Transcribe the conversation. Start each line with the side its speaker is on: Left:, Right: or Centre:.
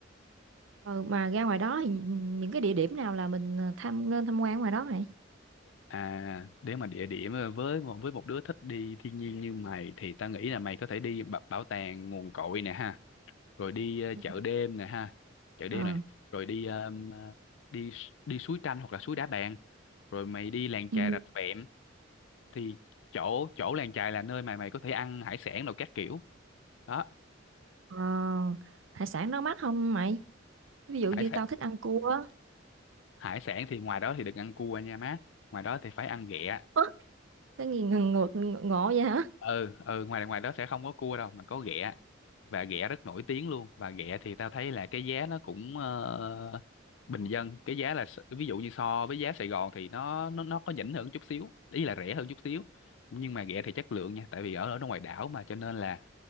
Right: Ừ, mà ra ngoài đó thì những cái địa điểm nào là mình à, tham nên tham quan ngoài đó mày?
Left: À, nếu mà địa điểm ờ, với với một đứa thích đi thiên nhiên như mày thì tao nghĩ là mày có thể đi ba- bảo tàng nguồn cội nè ha, rồi đi ờ,
Right: Ừ.
Left: chợ đêm nè ha, chợ đêm
Right: Ờ.
Left: này, rồi đi ờm, ờ, đi s- đi suối Tranh hoặc là suối Đá Bàn, rồi mày đi làng chài
Right: Ừ.
Left: Rạch Vẹm thì chỗ chỗ làng chài là nơi mà mày có thể ăn hải sản rồi các kiểu. Đó,
Right: Ờ, hải sản nó mắc không mày? Ví dụ
Left: hải
Right: như
Left: sản
Right: tao thích ăn cua á.
Left: hải sản thì ngoài đó thì đừng ăn cua nha má, ngoài đó thì phải ăn ghẹ
Right: Ơ, Cái gì ngộ, ngộ vậy hả?
Left: ừ ừ ngoài ngoài đó sẽ không có cua đâu mà có ghẹ và ghẹ rất nổi tiếng luôn và ghẹ thì tao thấy là cái giá nó cũng ờ, bình dân cái giá là s- ví dụ như so với giá Sài Gòn thì nó nó nó có nhỉnh hơn chút xíu ý là rẻ hơn chút xíu nhưng mà ghẹ thì chất lượng nha tại vì ở ở ngoài đảo mà cho nên là